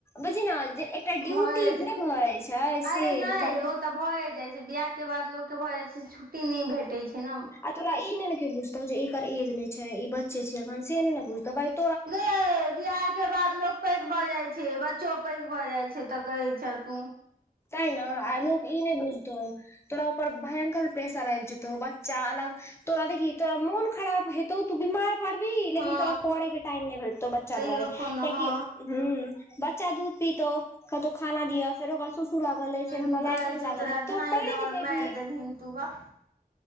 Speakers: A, on the left (about 15°); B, on the right (about 75°).
A: बुझी ने जे एकटा ड्यूटी
B: भए जा
A: नहि भऽ जाइ छैय
B: अरे
A: से
B: नहि
A: मतलब
B: ओ तऽ भए जाइ छैय बियाह के बाद लोकके भऽ जाइ छैय छुट्टी नहि भेटै छैय ने।
A: आ तोरा ई नहि ने क्यो बुझतौ जे एकर एज ने छैय ई बच्चे छैय अखन से नहि ने बुझतौ भाइ
B: गै बिआहके बाद लोक पैघ भऽ जाइ छैय बच्चो पैघ भऽ जाइ छैय तऽ कहै छैं तू।
A: तै ने आ लोक ई नहि बुझ तौ तोरा उपर भयंकर प्रेसर आबि जेतौ बच्चा अलग। तोरा देखी तोरा मन खराब हेतौ त बीमार परभी लेकिन
B: हँ
A: तोरा पड़यके टाइम नहि भेटतौ बच्चा
B: तैयो
A: दुआारे
B: कोनो
A: कियाकि,
B: हँ
A: हँ। बच्चा दूध पीतौ कहतो खाना दिय फेर ओकर लागल अइ फेर हमरा
B: ह कहै
A: लैट्रिन
B: छौ
A: लागल
B: तोरा
A: अइ
B: धाँइ
A: तऽ पढ़े
B: दबड़
A: नहि पेबही
B: मारि देलही तू भक।